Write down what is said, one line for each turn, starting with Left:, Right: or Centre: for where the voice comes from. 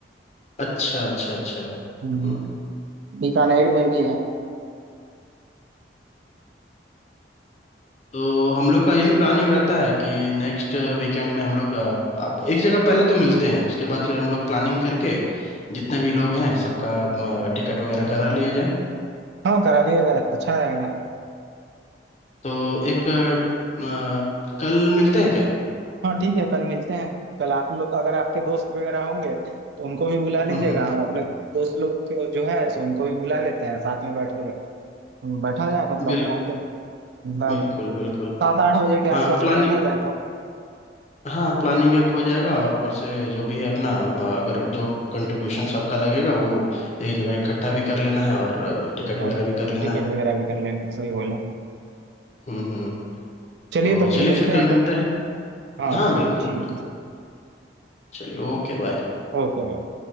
Left: अच्छा अच्छा अच्छा
Right: हम्म,
Left: हम्म हम्म
Right: बीकानेर में भी है
Left: तो हम लोग का यही प्लानिंग रहता है कि नेक्स्ट वीकेंड में हम लोग अ, आप एक जगह पहले तो मिलते हैं उसके बाद फिर हम लोग प्लानिंग करके जितने भी लोग हैं सबका टिकट वगैरह करा लिया जाए
Right: हाँ करा दिया जाए अच्छा रहेगा
Left: तो एक अ, अ, कल मिलते हैं क्या
Right: हाँ ठीक है कल मिलते हैं कल आप लोग अगर आपके दोस्त वगैरह होंगे तो उनको भी बुला लीजिएगा
Left: हम्म हम्म
Right: हम अपने दोस्त लोग को जो है सो उनको भी बुला लेते हैं साथ में बैठ के बैठा जाए मतलब
Left: बिल,
Right: ओके मतलब
Left: बिल्कुल बिल्कुल
Right: सात आठ बजे के आसपास
Left: हाँ प्लानिंग
Right: में बैठा जाए तो
Left: हाँ प्लानिंग एक हो जाएगा और ऊपर से जो भी है अपना अ, अगर जो कंट्रीब्यूशन सबका लगेगा वो एक जगह इकट्ठा भी कर लेना है और टिकट
Right: और
Left: वगैरह भी कर लेना
Right: टिकट
Left: है
Right: वगैरह भी कर लेंगे सही बोले
Left: हम्म हम्म
Right: चलिए
Left: तो
Right: तो फिर
Left: चलिए
Right: मिलते
Left: फिर
Right: हैं
Left: कल मिलते
Right: का
Left: हैं
Right: हाँ
Left: हाँ
Right: चलिए
Left: बिल्कुल
Right: ठीक
Left: बिल्कुल
Right: है
Left: चलिए ओके बाय
Right: Okay bye